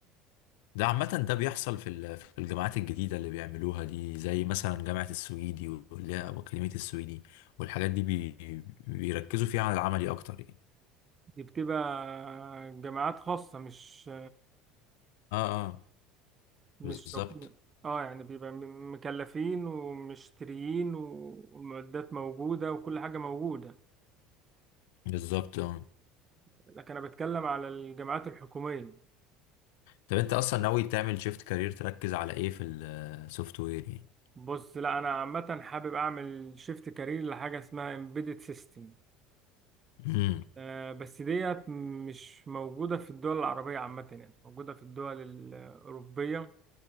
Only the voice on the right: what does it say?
دي بتبقى جامعات خاصة مش
مش
حكومة اه يعني بيبقى م- مكلفين ومشتريين و- والمعدات موجودة وكل حاجة موجودة
لكن انا بتكلم على الجامعات الحكومية
بص لا انا عامة حابب اعمل شيفت كارير لحاجة اسمها embedded system
آه، بس ديت مش موجودة في الدول العربية عامة يعني موجودة في الدول الأوروبية